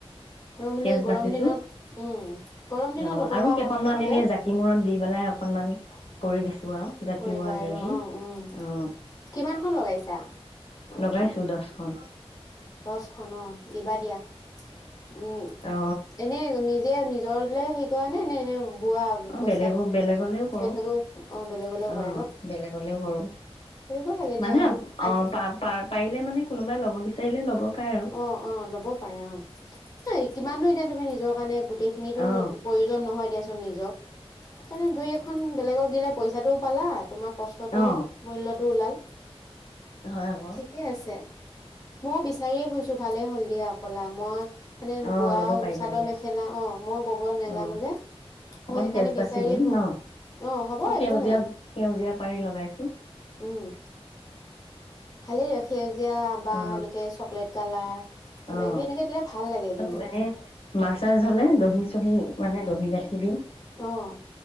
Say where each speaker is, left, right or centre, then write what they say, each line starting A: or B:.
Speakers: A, on the left; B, on the left.
A: নৰ্মেলি
B: কেচ
A: গৰম
B: বাচিছো
A: দিনত উম গৰম দিনত
B: অ
A: ল'ব
B: আৰু
A: পৰা
B: কেইখনমান
A: হলে
B: এনেই জাকি মূৰত দি পেলাই অকণমান কৰি দিছো আৰু জাকি
A: কৰিবা
B: মূৰত দি
A: আৰু
B: দি
A: উ উম
B: অ
A: কিমানখন লগাইছা
B: ওলাইছো দহখন
A: দচখন অ দিবা দিয়া উম
B: অ
A: এনে নি যে নিজৰ হে কৰা নে নে এনে বোৱা
B: অ
A: পইচা
B: বেলেগো বেলেগলেও কৰো
A: বেলেগক অ বেলেগলৈ
B: অ
A: কৰা ন
B: বেলেগলেও কৰো
A: কৰিব লাগে দিয়া
B: মানে অ
A: আজ
B: পা প পাৰিলে মানে কোনোবাই ল'ব বিচাৰিলে ল'ব পাৰে আৰু
A: অ অ ল'ব পাৰে অ কিমাননো এতিয়া তুমি নিজৰ কাৰণে গোটেইখিনি তো
B: অ
A: প্ৰয়োজন নহয় দিয়া নিজক মানে দুই এখন বেলেগক দিলে পইচাটোও পালাত তোমাৰ কষ্টটো
B: অ
A: মূল্যটো ওলাল
B: হয় আকৌ
A: ঠিকে আছে মই বিচ চাৰীয়ে পহছোঁ ভাল হ'ল দিয়ক কলা মই মানে
B: অ
A: বোৱাৰ
B: ল'ব পাৰিবা
A: চাদৰ
B: দিয়া
A: মেখেলা আহ মই বব নাজানো
B: অ
A: যে মই
B: অকন
A: সেইকাৰণে
B: কেচ বাচি
A: বিচাৰিয়ে
B: দিম
A: ফুৰ
B: ন
A: আহ হব
B: মই সেউজীয়া
A: একো নাই
B: সেউজীয়া পাৰি লগাইছো
A: উম ভালেই দিয় সেই দিয়া বা
B: অ
A: এনেকে ৰেড কালাৰ কিবা
B: অ
A: কিবি এনেকে দিলে ভাল। লাগে কিন্তু
B: আৰু এনে মাছ চাছ হ'লে দহি চহি মানে দহি গাঠি হেলউ
A: অহ।